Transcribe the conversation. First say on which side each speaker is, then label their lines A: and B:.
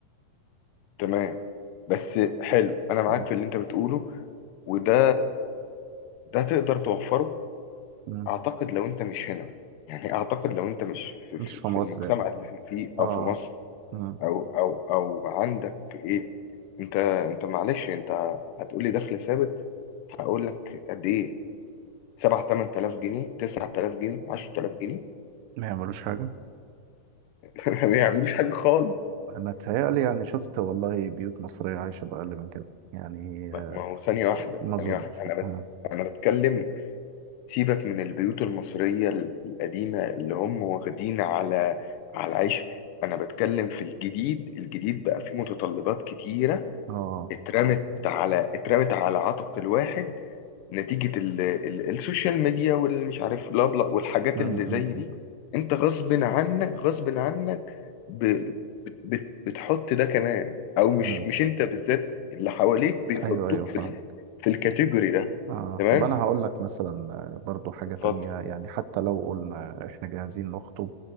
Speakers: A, on the left; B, on the right.
A: تمام بس حلو انا معاك
B: م-
A: في اللي انت بتقوله وده ده تقدر توفره
B: م.
A: أعتقد لو أنت مش هنا يعني أعتقد لو أنت مش في,
B: مش
A: في,
B: في
A: في
B: مصر
A: المجتمع
B: يعني
A: اللي إحنا فيه
B: اه
A: أو في مصر
B: م.
A: أو أو أو عندك إيه أنت أنت معلش أنت هتقولي دخل ثابت هقول لك قد إيه 7 8000 جنيه 9000 جنيه 10000 جنيه
B: ما يعملوش حاجة
A: <laughs> ما بيعملوش حاجة خالص
B: انا اتهيألي يعني شفت والله بيوت مصرية عايشة بأقل من كده يعني
A: ما
B: آه،
A: ما هو ثانية واحدة
B: ما اظنش
A: ثانية واحدة أنا بت...
B: اه
A: أنا بتكلم سيبك من البيوت المصرية ال- القديمة اللي هم واخدين على على العيش أنا بتكلم في الجديد الجديد بقى فيه متطلبات كتيرة
B: اه
A: اترمت على اترمت على عاتق الواحد نتيجة ال... ال... السوشيال ميديا والمش عارف لا بلا والحاجات
B: م-
A: اللي زي
B: م-
A: دي
B: م-
A: انت غصب عنك غصب عنك ب... بت... بت- بتحط ده كمان او مش
B: م.
A: مش انت بالذات اللي حواليك بيحطوك
B: ايوه ايوه فاهم
A: في ال... في الكاتيجوري ده
B: آه.
A: تمام
B: طب أنا هقول لك مثلا آه، برضو حاجة
A: اتفضل
B: تانية يعني حتى لو قلنا إحنا جاهزين نخطب